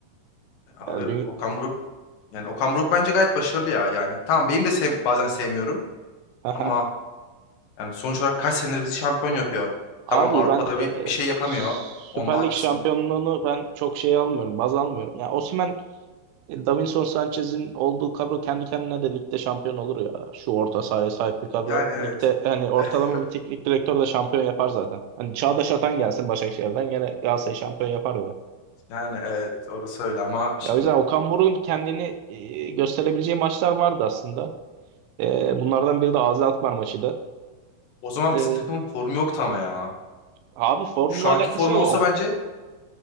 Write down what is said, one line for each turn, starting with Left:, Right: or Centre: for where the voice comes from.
Left: Abi
Right: Yani dü-
Left: Okan Buruk yani Okan Buruk bence gayet başarılı ya yani. Tamam benim de sev- bazen sevmiyorum
Right: Aha.
Left: ama yani sonuç olarak kaç senedir bizi şampiyon yapıyor.
Right: Abi
Left: Tamam Avrupa'da
Right: ben e,
Left: bir, bir şey yapamıyor.
Right: Süper
Left: Onda haklısın.
Right: Lig şampiyonluğunu ben çok şey almıyorum, baz almıyorum. Ya yani E, Davinson Sanchez'in olduğu kadro kendi kendine de ligde şampiyon olur ya. Şu orta sahaya sahip bir kadro.
Left: Yani evet.
Right: Ligde hani ortalama
Left: <laughs>
Right: bir teknik direktör de şampiyon yapar zaten. Hani Çağdaş Atan gelsin Başakşehir'den gene Galatasaray şampiyon yapar be.
Left: Yani evet orası öyle ama şimdi
Right: Ya o yüzden Okan Buruk'un kendini e, gösterebileceği maçlar vardı aslında. E, bunlardan biri de Azi Alkmaar maçıydı.
Left: o zaman
Right: E,
Left: bizim takımın formu yoktu ama ya.
Right: abi formla
Left: Şu anki
Right: alakası
Left: formu
Right: yok.
Left: olsa bence
Right: O,